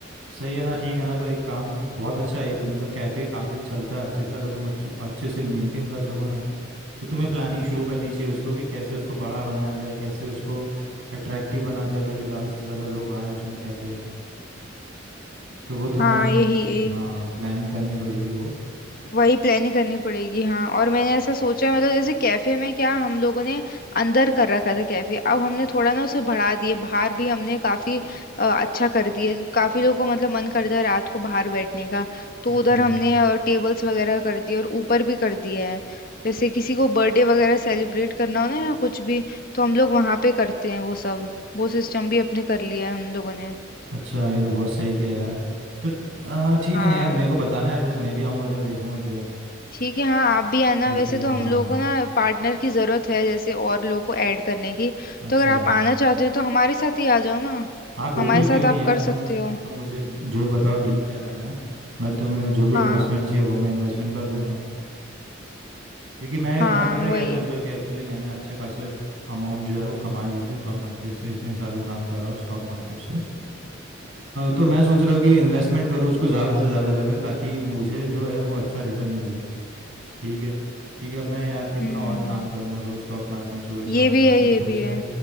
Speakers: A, on the right; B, on the left.
A: सही है ना ठीक है ना तो एक काम बहुत अच्छा है ये तो मतलब कैफ़े काफ़ी चलता है अच्छे से अगर तुम अच्छो अच्छे से मेंटेन कर सको ना तो तुम्हें प्लानिंग शुरू करनी चाहिए उसको कि कैसे उसको बड़ा बनाया जाए कैसे उसको अट्रैक्टिव बना जाए ताकि ज़्यादा से ज़्यादा लोग आए उसमें कैफ़े तो वो तुम्हें
B: हाँ यही यही
A: हाँ प्लानिंग करनी पड़ेगी वो
B: वही प्लानिंग करनी पड़ेगी हाँ और
A: हम्म।
B: मैंने ऐसा सोचा है, मतलब जैसे कैफे में क्या हम लोगों ने अंदर कर रखा था कैफे अब हमने थोड़ा ना उसे बढ़ा दिए बाहर भी हमने काफी अ, अच्छा कर दिए काफी लोगों को मतलब मन करता है रात को बाहर बैठने का तो
A: अच्छा
B: उधर हमने टेबल्स वगैरह कर दिए और ऊपर भी कर दिया है जैसे किसी को बर्थडे वगैरह सेलिब्रेट करना हो ना या कुछ भी तो हम लोग वहां पे करते हैं वो सब वो सिस्टम भी अपने कर लिया है हम लोगों ने
A: अच्छा ये तो बहुत सही किया यार तो आ, ठीक
B: हाँ
A: है ना यार मेरे को बताना एड्रेस मैं भी आऊँगा ज़रा देखूँगा तेरा
B: ठीक है हाँ आप भी आना
A: कैफ़े
B: वैसे तो
A: हाँ
B: हम लोगों को ना पार्टनर की जरूरत है जैसे और लोगों को ऐड करने की
A: अच्छा
B: तो अगर आप आना चाहते हो तो हमारे साथ ही आ जाओ ना
A: हाँ बिल्कुल
B: हमारे
A: क्यों
B: साथ
A: नहीं
B: आप
A: यार
B: कर
A: तुम
B: सकते हो
A: तुम मुझे जो भी बताओ डील क्या करना है मैं तुम्हें जो भी
B: हाँ
A: इन्वेस्टमेंट चाहिए वो मैं इन्वेस्टमेंट कर दूंगा क्योंकि मैं
B: हाँ
A: मैं पता है क्या
B: वही
A: सोच रहा हूँ कि एक्चुअली मैंने अच्छे खासे अमाउंट जो है वो कमा लिया है ना स्टॉक मार्केट से इतने सालों काम कर रहा हूँ स्टॉक मार्केट से अ, तो मैं सोच रहा हूँ कि इन्वेस्टमेंट करूँ उसको ज़्यादा से ज़्यादा जगह ताकि मुझे जो है वो अच्छा रिटर्न मिले ठीक है क्योंकि अब मैं यार कितना
B: हम्म
A: और काम करूँगा रोज़ स्टॉक मार्केट में सुबह
B: ये
A: शाम
B: भी
A: काम
B: है
A: करूँ
B: ये
A: तो इसलिए
B: भी है